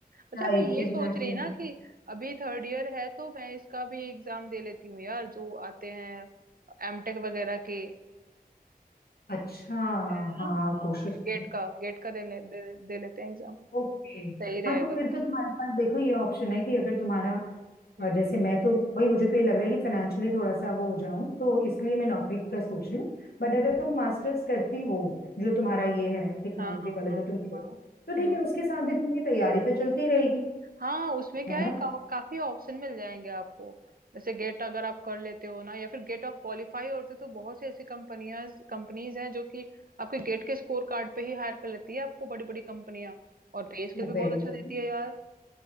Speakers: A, on the right; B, on the left.
A: अच्छा
B: Right
A: मैं ये
B: exactly
A: सोच रही ना कि अभी थर्ड ईयर है तो मैं इसका भी एग्जाम दे लेती हूँ यार जो आते हैं एमटेक वगैरह के
B: अच्छा
A: है ना
B: हाँ
A: हाँ
B: कोशिश करो
A: गेट का गेट का दे, ले, दे, दे लेते हैं एग्जाम
B: ओके
A: सही रहेगा
B: हाँ तो फिर तो तुम्हारे पास देखो ये ऑप्शन है कि अगर तुम्हारा अ,
A: हम्म
B: जैसे मैं तो भाई मुझे तो ये लग रहा है कि फाइनेंशियली थोड़ा सा वो हो जाऊं तो इसलिए मैं नौकरी
A: अच्छा
B: का सोच रही हूँ बट अगर तुम मास्टर्स करती हो जो तुम्हारा
A: हाँ
B: ये है टेक्नोलॉजी
A: हाँ हाँ
B: वाला
A: हाँ
B: जो तुम कह रहे
A: हाँ
B: हो तो
A: हम्म
B: ठीक है उसके साथ भी तुम्हारी तैयारी तो चलती रहेगी
A: हाँ उसमें क्या
B: है ना
A: है का, काफी ऑप्शन मिल जाएंगे आपको जैसे गेट अगर आप कर लेते हो ना या फिर गेट आप क्वालिफाई होते तो बहुत सी ऐसी कंपनियां कंपनीज हैं जो कि आपके गेट के स्कोर कार्ड पे ही हायर कर लेती है आपको बड़ी बड़ी कंपनियां और पे स्केल भी बहुत
B: वेरी
A: अच्छा
B: नाइस
A: देती है यार तो